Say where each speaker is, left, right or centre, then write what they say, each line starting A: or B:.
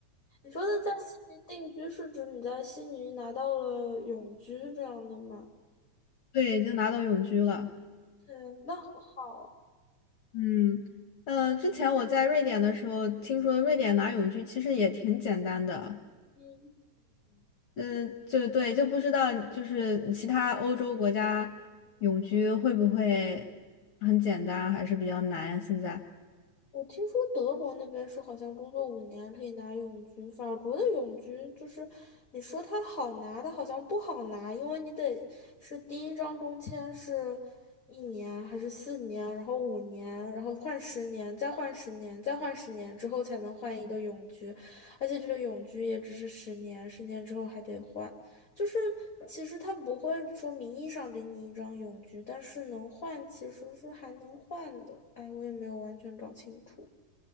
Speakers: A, on the left; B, on the left.
A: 你说的在悉尼定居是指你在悉尼拿到了永居这样的吗？
B: 对，已经拿到永居了。
A: 嗯，那很好。
B: 嗯，呃，之前我在瑞典的时候，听说瑞典拿永居其实也挺简单的，
A: 嗯，
B: 嗯、就对，就不知道就是其他欧洲国家永居会不会很简单，还是比较难呀？现在
A: 我听说德国那边是好像工作五年可以拿永居，法国的永居就是你说它好拿，它好像不好拿，因为你得是第一张中签是一年还是四年，然后五年，然后换十年，再换十年，再换十年之后才能换一个永居，而且这个永居也只是十年，十年之后还得换。就是其实他不会说名义上给你一张永居，但是能换其实是还能换的。哎，我也没有完全搞清楚。